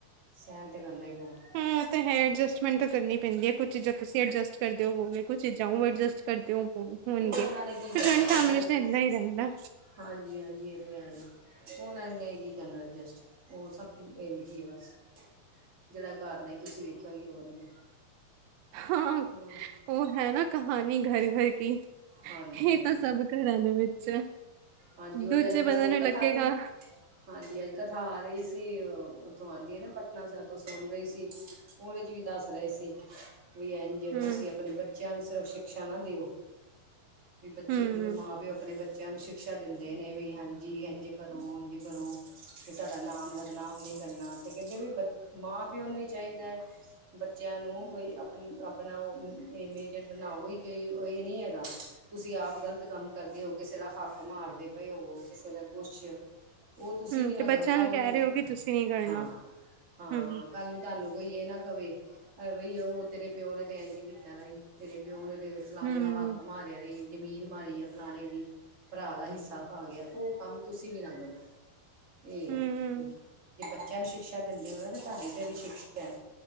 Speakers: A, on the right; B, on the right.
A: ਸਹਿਣ ਤੇ ਕਰਨਾ ਹੀ ਪੈਦਾ
B: ਹਾਂ ਤੇ ਹੈ ਐਡਜਸਟਮੈਂਟ ਤਾਂ ਕਰਨੀ ਪੈਂਦੀ ਹੈ ਕੁਛ ਚੀਜ਼ਾਂ ਤੁਸੀਂ ਐਡਜਸਟ ਕਰਦੇ ਹੋੋਗੇ ਕੁੱਝ ਚੀਜ਼ਾਂ ਉਹ ਐਡਜਸਟ ਕਰਦੇ ਹੋ ਹੋਣਗੇ
A: ਉਹ ਉਹਨਾਂ
B: ਫਿਰ
A: ਨੇ ਕੀ ਕਰਨਾ
B: ਜੁਆਇੰਟ ਫੈਮਿਲੀ
A: ਉਹ
B: ਚ ਏਦਾ ਰਹਿੰਦਾ
A: ਹਾਂਜੀ ਹਾਂਜੀ ਇਹ ਤੇ ਹੈ ਜੀ ਉਹਨਾਂ ਨੇ ਕੀ ਕਰਨਾ ਐਡਜਸਟ ਉਹ ਬਸ ਇੰਜ ਹੀ ਬਸ ਜਿਹੜਾ ਘਰ ਨੇ ਤੁਸੀਂ ਵੇਖਿਆ ਹੋਈ ਉਹ ਵਧੀਆ
B: ਹਾਂ
A: ਹੋਰ
B: ਉਹ ਹੈ ਨਾ ਕਹਾਣੀ ਘਰ ਘਰ ਕੀ
A: ਹਾਂਜੀ
B: ਇਹ
A: ਹਾਂਜੀ
B: ਤਾਂ ਸਭ ਘਰਾਂ ਦੇ ਵਿੱਚ
A: ਹਾਂਜੀ ਉਹਦੇ
B: ਦੂਜੇ
A: ਅੱਜ
B: ਬੰਦੇ
A: ਸਗੋਂ
B: ਨੂੰ
A: ਮੈ
B: ਲੱਗੇਗਾ
A: ਕਥਾ ਵੀ ਹਾਂਜੀ ਅੱਜ ਕਥਾ ਆ ਰਹੀ ਸੀ ਉੱਥੋ ਆਉਂਦੀ ਹੈ ਨਾ ਪਟਨਾ ਸਾਹਿਬ ਤੋਂ ਸੁਣ ਰਹੀ ਸੀ ਉਹਦੇ ਚ ਵੀ ਦੱਸ ਰਹੇ ਸੀ ਵੀ ਇੰਜ ਜੇ
B: ਹਮ
A: ਤੁਸੀਂ ਆਪਣੇ ਬੱਚਿਆਂ ਨੂੰ ਸਿਰਫ ਸ਼ਿਕਸ਼ਾ ਨਾ ਦਿਓ ਵੀ ਬੱਚੇ
B: ਹਮ
A: ਜਿਵੇਂ ਮਾਂ ਪਿਓ ਆਪਣੇ ਬੱਚੇ ਬੱਚਿਆ ਨੂੰ ਸਿ ਸ਼ਿਕਸ਼ਾ ਦਿੰਦੇ ਨੇ ਵੀ ਹਾਂਜੀ ਇੰਝ ਕਰੋ ਉਝ ਕਰੋ ਵੀ ਸਾਡਾ ਨਾਮ ਬਦਨਾਮ ਨੀ ਕਰਨਾ ਤੇ ਕਹਿੰਦੇ ਬ ਮਾਂ ਪਿਓ ਨੂੰ ਵੀ ਚਾਹੀਦਾ ਹੈ! ਬੱਚਿਆਂ ਨੂੰ ਵੀ ਆਪ ਆਪਣਾ ਇਮੇਜ ਬਣਾਓ ਹੀ ਕੋਈ ਇਹ ਨੀ ਹੇਗਾ ਤੁਸੀਂ ਆਪ ਗਲਤ ਕੰਮ ਕਰਦੇ ਹੋ ਕਿਸੇ ਦਾ ਹੱਕ ਮਾਰਦੇ ਪਏ ਹੋ ਕਿਸੇ ਦਾ ਕੁਛ ਉਹ ਤੁਸੀਂ
B: ਹਮ
A: ਵੀ ਨਾ
B: ਤੇ ਬੱਚਿਆਂ
A: ਕਰੋ ਕੱਲ
B: ਕਹਿ
A: ਨੂੰ
B: ਰਹੇ ਹੋ ਕਿ ਤੁਸੀਂ ਨੀ ਕਰਨਾ
A: ਹਾਂ ਹਾਂ
B: ਹਮ
A: ਕੱਲ ਨੂੰ ਤੁਹਾਨੂੰ ਕੋਈ ਕਹੇ ਨਾ ਕਵੇ ਬਈ ਉਹ ਤੇਰੇ ਪਿਓ ਨੇ ਏਜ ਵੀ ਕੇਨਾ ਤੇਰੇ ਪਿਓ ਨੇ ਤੇ ਫਲਾਣੇ
B: ਹਮ
A: ਦਾ ਹੱਕ ਮਾਰਿਆ ਤੇ ਜ਼ਮੀਨ ਮਾਰੀ ਹੈ ਫਲਾਣੇ ਦੀ ਭਰਾ ਦਾ ਹਿੱਸਾ ਖਾ ਗਿਆ ਉਹ ਕੰਮ ਤੁਸੀਂ ਵੀ ਨਾ ਕਰੋ ਇਹ
B: ਹਮ
A: ਆ ਜੇ ਬੱਚਿਆਂ ਨੂੰ ਸ਼ਿਕਸ਼ਾ ਦਿੰਦੇ ਉਨਾਂ ਦੇ ਭਾਂਡਿਆਂ 'ਤੇ ਵੀ ਛਿੜਕਿਆ